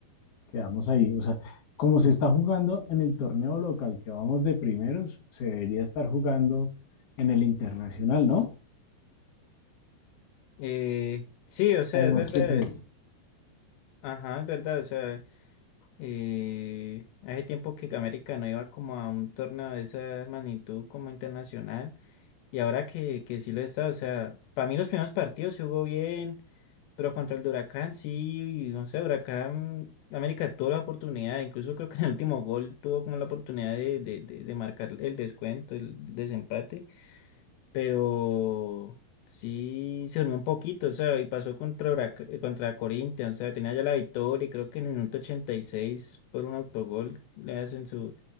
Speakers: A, on the left; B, on the left.
A: quedamos ahí. O sea, como se está jugando en el torneo local, que vamos de primeros, se debería estar jugando en el internacional, ¿no?
B: Eh, sí, o sea,
A: ¿O
B: es
A: vos
B: verdad.
A: qué crees?
B: Ajá, es verdad. O sea, eh, hace tiempo que América no iba como a un torneo de esa magnitud como internacional. Y ahora que, que sí lo está, o sea, para mí los primeros partidos sí jugó bien, pero contra el de Huracán sí, no sé, Huracán, América tuvo la oportunidad, incluso creo que en el último gol tuvo como la oportunidad de, de, de, de marcar el descuento, el desempate, pero sí se durmió un poquito, o sea, y pasó contra, Hurac- eh, contra Corinthians, o sea, tenía ya la victoria y creo que en el minuto 86 por un autogol le hacen su,